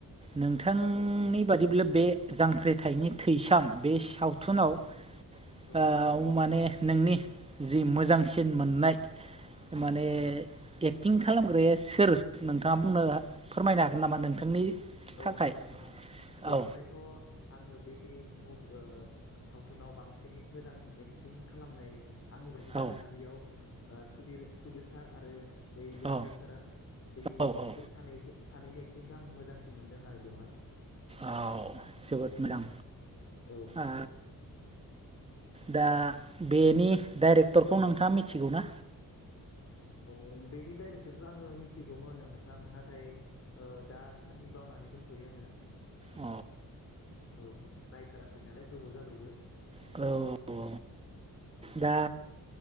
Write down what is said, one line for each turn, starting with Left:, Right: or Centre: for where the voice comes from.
Right: नोंथांनि बादिब्ला बे जांख्रिथायनि थैसाम बे साव। सावथुनाव
Left: औ औ
Right: माने नोंनि जि मोजांसिन मोननाय माने
Left: उम
Right: एक्टिं खालामग्राया सोर नोंथाङा बुंनो फोरमायनो हागोन नामा नोंथांनि।
Left: औ
Right: थाखाय
Left: हागोन नोंथां बेवहायथ'
Right: औ
Left: आङो बे बे मुि सावथुनाव बांसिनै मोजां एक्टिं खालामनाय आंनि बायदिबा
Right: औ
Left: आरोना बेयाव ओ सुबिर सुबिर सार आरो। बै लिंसार
Right: औ
Left: सारा बै
Right: औ
Left: बिसोर
Right: औ
Left: सानै सानैनि एक्टिंखौ आं मोजांसिन मोनदों आरो बेवहाय
Right: औ जोबोद
Left: औ
Right: मोजां
Left: औ
Right: ओ। दा बेनि डाइरेक्टरखौ नोंथाङा मिथिगौ ना।
Left: औ बेनि डाइरेक्टरखौ आङो मिथिगौमोन नोंथां नाथाय दासान्दि बावनानै। नानै दंथ'यो आङो।
Right: औ
Left: औ नायथाराखै नालाय गोबाव जाबायबो।
Right: औ दा